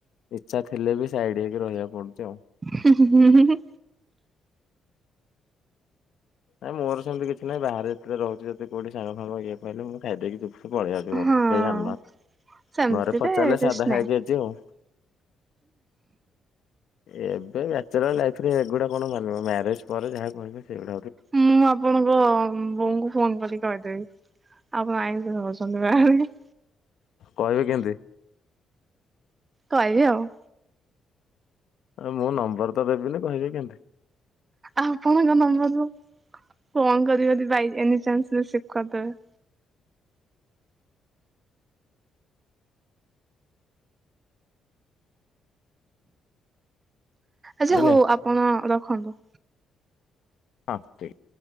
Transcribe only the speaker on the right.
ହୁ ହୁଁ ହୁଁ ହୁଁ।
ହଁ
ସେମିତିରେ
କିଛି
ନାହିଁ
ମୁଁ ଆପଣଙ୍କ ବୋଉଙ୍କୁ ଫୋନ କରିିକି କହି ଆପଣ ଆଇ <unintelligible> ବାହାରେ,
କହିବି ଆଉ।
ଆପଣଙ୍କ ନମ୍ବରରୁ ଫୋନ କରିବି ଯଦି ବାଇ ଏନି ଚାନ୍ସ ରେ ରିସିଭ କରିଦେବେ। ଆଚ୍ଛା
ହଉ ଆପଣ ରଖନ୍ତୁ।